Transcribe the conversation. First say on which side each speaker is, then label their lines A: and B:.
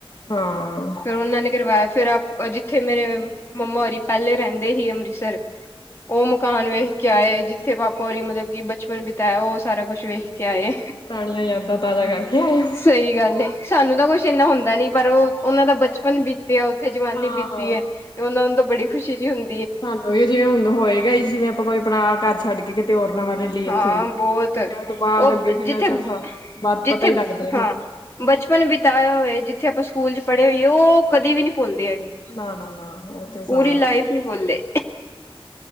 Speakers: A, on the left; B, on the left.
A: ਹਾਂ
B: ਫਿਰ ਉਹਨਾਂ ਨੇ ਕਰਵਾਇਆ ਫਿਰ ਆਪ ਜਿੱਥੇ ਮੇਰੇ ਮੰਮਾ ਉਰੀ ਪਹਿਲੇ ਰਹਿੰਦੇ ਹੀ ਅੰਮ੍ਰਿਤਸਰ ਉਹ ਮਕਾਨ ਵੇ ਕਏ ਜਿੱਥੇ ਪਾਪਾ ਹੋਰੀ ਮਤਲਬ ਕਿ ਬਚਪਨ ਬਿਤਾਇਆ ਉਹ ਸਾਰਾ ਕੁਛ ਵੇ। ਕਿਆ ਹੈ,
A: ਪੁਰਾਣੀਆਂ ਯਾਦਾਂ ਤਾਜ਼ਾ ਕਰਕੇ ਆਏ ਹੋ
B: ਸਹੀ ਗੱਲ ਏ। ਸਾਨੂੰ ਤਾਂ ਕੁਛ ਇੰਨਾ ਹੁੰਦਾ ਨੀ ਪਰ ਉਹ ਉਹਨਾਂ ਦਾ ਬਚਪਨ ਬੀਤਿਆ ਉੱਥੇ ਜਵਾਨੀ
A: ਹਾਂ
B: ਬੀਤੀ ਏ ਉਹਨਾਂ ਤਾ। ਬੜੀ ਖੁਸ਼ੀ ਜੀ ਹੁਣ
A: ਸਾਨੂੰ ਵੀ ਜਿਵੇਂ ਹੁਣ ਹੋਏਗਾ ਈ ਜਿਵੇਂ ਆਪਾਂ ਕੋਈ ਪੁਰਾਣਾ ਘਰ ਛੱਡ ਕੇ ਕਿਤੇ ਹੋਰ ਨਵਾ ਲੇ ਲਈ
B: ਹਾਂ
A: ਇੱਥੇ ਈ ਵਿਆਹ
B: ਬਹੁਤ
A: ਤੋਂ ਬਾਅਦ
B: ਉਹ
A: ਅੱਗੇ ਕਿੰਨਾ
B: ਜਿੱਥੇ
A: ਚਿਰ ਸ ਬਾੱਦ
B: ਜਿੱਥੇ
A: ਪਤਾ ਈ ਲੱਗਦਾ ਫੇਰ-
B: ਹਾਂ ਬਚਪਨ ਬਿਤਾਂਆ ਹੋਏ ਜਿੱਥੇ ਆਪਾਂ ਸਕੂਲ ਚ ਪੜ੍ਹੇ ਹੋਈਏ ਉਹ ਕਦੇ ਵੀ ਨੀ- ਪੁਲਦੇ ਹੈਗੇ,
A: ਨਾ ਨਾ ਨਾ ਉਹ ਤੇ ਸਾ
B: ਪੂਰੀ ਲਾਈਫ ਨੀ ਪੁਲਦੇ।